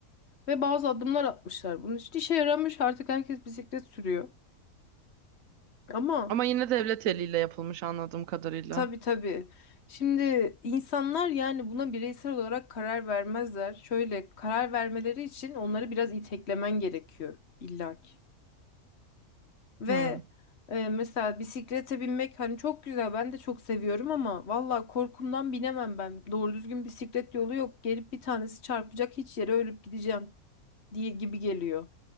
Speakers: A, on the left; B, on the right.
A: Ve bazı adımlar atmışlar. Bunun için işe yaramış. Artık herkes bisiklet sürüyor. Ama
B: Ama yine devlet eliyle yapılmış anladığım kadarıyla.
A: Tabii tabii. Şimdi insanlar yani buna bireysel olarak karar vermezler. Şöyle karar vermeleri için onları biraz iteklemen gerekiyor illaki. Ve
B: Hmm.
A: e, mesela bisiklete binmek hani çok güzel ben de çok seviyorum ama valla korkumdan binemem ben. Doğru düzgün bisiklet yolu yok. Gelip bir tanesi çarpacak hiç yere ölüp gideceğim diye gibi geliyor.